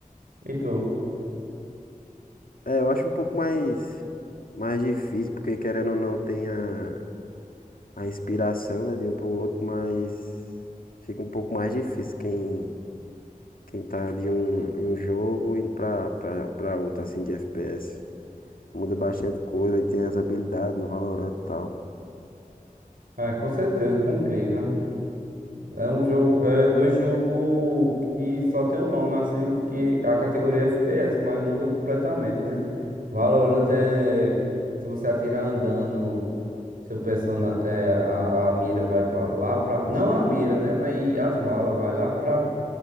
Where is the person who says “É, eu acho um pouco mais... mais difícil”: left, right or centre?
Left